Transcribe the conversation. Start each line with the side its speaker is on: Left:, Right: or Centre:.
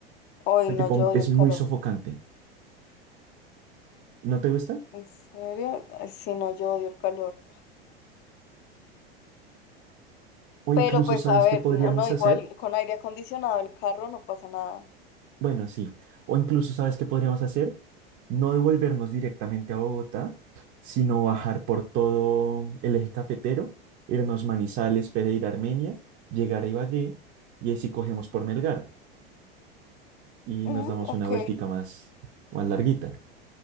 Left: hoy
Right: Este
Left: no,
Right: tipo
Left: yo odio
Right: es
Left: el
Right: muy
Left: calor.
Right: sofocante. ¿No te gusta?
Left: ¿En serio? Ay, Sí, no, yo odio el calor.
Right: O incluso,
Left: Pero pues,
Right: ¿sabes
Left: a ver,
Right: qué podríamos
Left: no, no, igual
Right: hacer?
Left: con aire acondicionado el carro no pasa nada.
Right: Bueno, sí. O incluso, ¿sabes qué podríamos hacer? No devolvernos directamente a Bogotá, sino bajar por todo el eje cafetero, irnos Manizales, Pereira, Armenia, llegar a Ibagué y ahí sí cogemos por Melgar y nos
Left: Mm,
Right: damos una
Left: ok,
Right: vueltica más, más larguita.